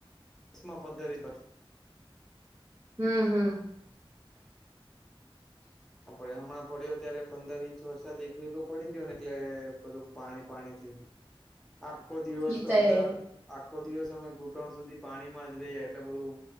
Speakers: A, in the centre; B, on the right.
A: માં પંદરસ એક વર્ષ
B: હમ્મ હમ્મ
A: પડ હમણાં પડ્યો ત્યારે પંદર ઈંચ વરસાદ એક ભેગો પડી ગયો ને એટલે બધું પાણી પાણી થઈ ગયું આખો દિવસ
B: ઈ તો
A: અર્ધા
B: હે
A: આખો દિવસ અમે ઘૂંટણ સુધી પાણીમાં જ રહીએ એટલે બધું